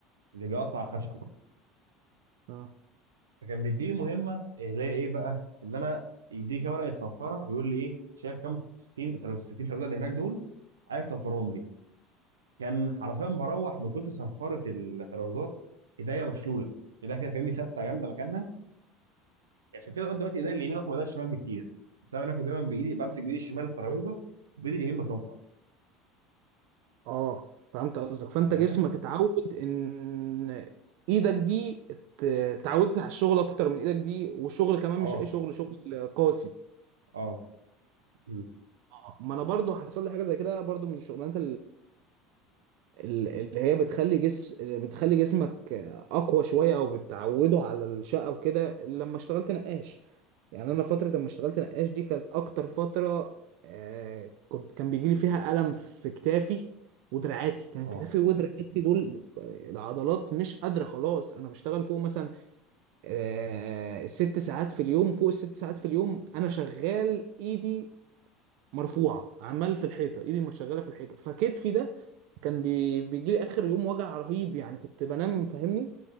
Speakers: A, on the right; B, on the right.
A: اللي بيقطع خشب
B: اه
A: فكان بيديني مهمه اللي هي ايه بقى ان انا يديك ورقه صنفره ويقول لي ايه شايف كام 60 60 ترابيزه اللي هناك دول عايز تصنفرهم لي كان حرفيا بروح من كتر صنفره الترابيزات ايديا مشلوله ايديا كده فاهمني ثابته جامده مكانها يعني عشان كده لغايه دلوقتي ايدي اليمين اقوى من ايدي الشمال بكتير بس انا كنت دايما بايدي بمسك بايدي الشمال الترابيزه وبايدي اليمين بصنفر
B: اه فهمت قصدك فانت
A: انت
B: جسمك
A: فاهم؟
B: اتعود ان ايدك دي ات- اتعودت على الشغل اكتر من ايدك دي والشغل كمان
A: اه
B: مش اي شغل شغل قاسي
A: اه مم.
B: آه، ما انا برضو حصل لي حاجه زي كده برضو من الشغلانات ال- اللي هي بتخلي جس بتخلي جسمك اقوى شويه او بتعوده على الشقه وكده لما اشتغلت نقاش يعني انا فتره لما اشتغلت نقاش دي كانت اكتر فتره آه، كنت كان بيجي لي فيها الم في كتافي ودراعاتي كان
A: اه
B: كتافي ودراعاتي دول العضلات مش قادره خلاص انا بشتغل فوق مثلا آه، الست ساعات في اليوم فوق الست ساعات في اليوم انا شغال ايدي مرفوعه عمال في الحيطه ايدي مش شغاله في الحيطه فكتفي ده كان بي... بيجي لي اخر يوم وجع رهيب يعني كنت بنام فاهمني